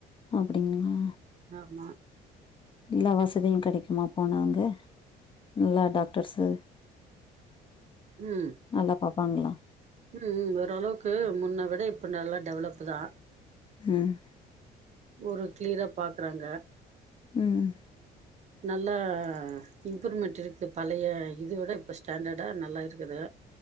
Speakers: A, on the left; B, on the right.
A: அப்படிங்களா
B: ஆமா
A: எல்லா வசதியும் கிடைக்குமா போனாங்க நல்லா டாக்டர்ஸு <unintelligible>
B: உம்
A: நல்ல பாப்பாங்களா
B: ம் ஓரளவுக்கு முன்ன விட இப்போ நல்லா டெவலப் தா
A: ம்
B: ஒரு கிளீரா பாக்குறாங்க
A: ம்
B: நல்ல இம்ப்ரூவ்மெண்ட் இருக்கு பழைய இத விட இப்ப ஸ்டாண்டர்ட நல்லா இருக்குது